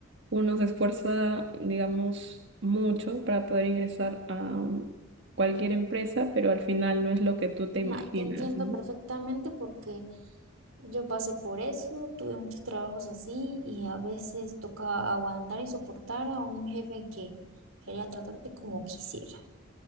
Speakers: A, on the right; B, on the right.
A: uno se esfuerza, digamos, mucho para poder ingresar a um, cualquier empresa, pero al final no es lo que tú te
B: na-
A: imaginas,
B: te entiendo
A: ¿no?
B: perfectamente porque yo pasé por eso, tuve muchos trabajos así y a veces toca aguantar y soportar a un jefe que quería tratarte como quisiera.